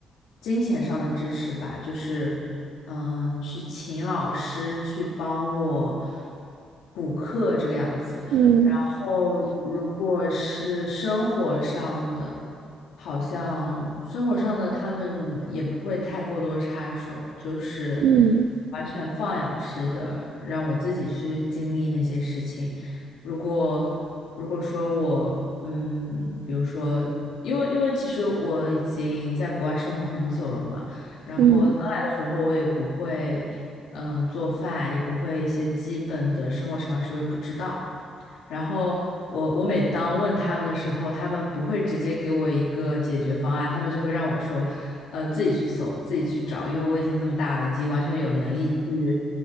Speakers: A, on the left; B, on the right.
A: 金钱上的支持吧，就是嗯，去请老师去帮我补课这个样子。
B: 嗯
A: 然后如果是生活上的，好像生活上的他们也不会太过多插手，就是
B: 嗯
A: 完全放养式的让我自己去经历那些事情。如果如果说我，嗯，比如说，因为因为其实我已经在国外生活很久了嘛，然后刚来的时候我也不会，
B: 嗯
A: 嗯、做饭，也不会一些基本的生活常识，我也不知道。然后我我每当问他们的时候，他们不会直接给我一个解决方案，他们就会让我说，呃，自己去搜，自己去找，因为我已经这么大了，已经完全有能力去，